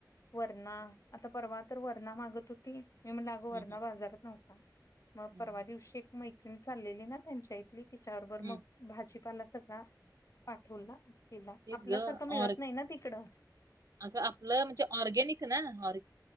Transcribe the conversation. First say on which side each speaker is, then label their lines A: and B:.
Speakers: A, on the left (about 45°); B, on the right (about 55°).
A: वरणा आता परवा तर वरणा मागत होती, मी म्हणल अगं वरणा
B: हम्म,
A: बाजारात नव्हता. मग
B: हम्म,
A: परवा दिवशी एक मैत्रिण चाललेली ना, त्यांच्या इथली तिच्या बरोबर
B: हम्म.
A: मग भाजी पाला सगळा पाठवला. तिला
B: तेच
A: आपल्यासारखं
B: ग
A: मिळत
B: ऑर-
A: नाही ना तिकडं
B: अग आपलं म्हणजे ऑर्गेनिक ना ऑ